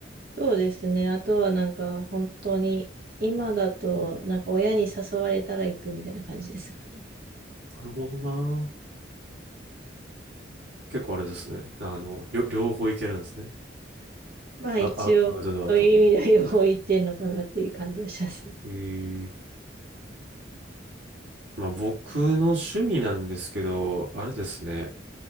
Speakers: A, on the right; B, on the right.
A: そうですね。あとはなんか、本当に、今だと、なんか親に誘われたら行くみたいな感じですかね。
B: なるほどな。結構あれですね。あの、りょ両方いけるんですね。
A: まあ、
B: あ、
A: 一応、
B: あ、アウトドアと。
A: そういう意味では両方行ってんのかなっていう感じはします。
B: えーまあ僕の趣味なんですけど、あれですね。